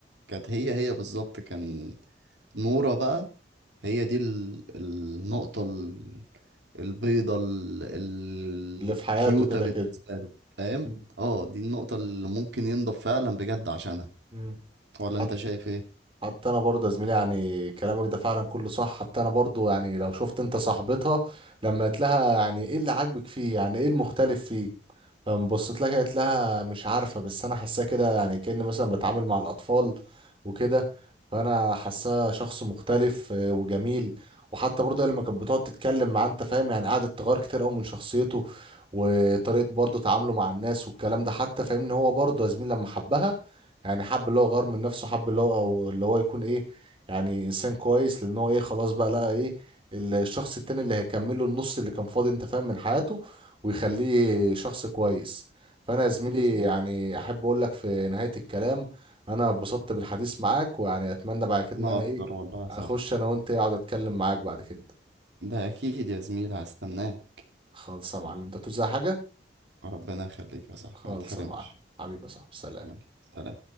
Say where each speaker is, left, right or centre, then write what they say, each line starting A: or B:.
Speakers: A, on the right; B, on the right.
A: كانت هي هي بالظبط كان نورة بقى هي دي ال- النقطة ال- البيضة ال- الكيوتة
B: اللي في حياته كده
A: بالنسبة
B: كده
A: له فاهم؟
B: مم.
A: اه دي النقطة اللي ممكن ينضب فعلا بجد عشانها
B: مم.
A: ولا
B: حت-
A: انت شايف ايه؟
B: حتى انا برضه يا زميلي يعني كلامك ده فعلا كله صح حتى انا برضه يعني لو شفت انت صاحبتها لما قلت لها يعني ايه اللي عاجبك فيه يعني ايه المختلف فيه فقام بصيت لها قالت لها مش عارفة بس أنا حاساه كده يعني كأن مثلا بتعامل مع الأطفال وكده فأنا حاساه شخص مختلف آه، وجميل وحتى برضه هي لما كانت بتقعد تتكلم معاه أنت فاهم يعني قعدت تغير كتير أوي من شخصيته وطريقة برضه تعامله مع الناس والكلام ده حتى فاهمني هو برضه يا زميل لما حبها يعني حب اللي هو غير من نفسه حب اللي هو أو اللي هو يكون إيه يعني إنسان كويس لأن هو إيه خلاص بقى لقى إيه الشخص التاني اللي هيكمله النص اللي كان فاضي أنت فاهم من حياته ويخليه شخص كويس فانا يا زميلي
A: بالظبط
B: يعني احب اقول لك في نهاية الكلام انا اتبسطت بالحديث معاك ويعني اتمنى بعد كده
A: ما
B: ان انا
A: أكتر
B: ايه
A: والله صح
B: اخش انا وانت إيه، اقعد اتكلم معاك بعد كده
A: ده أكيد يا زميلي هستناه
B: خالص يا معلم انت توزع حاجة
A: ربنا يخليك يا صاحبي
B: خالص
A: ما تحرمش
B: يا معلم حبيبي يا صاحبي سلام
A: يلا سلام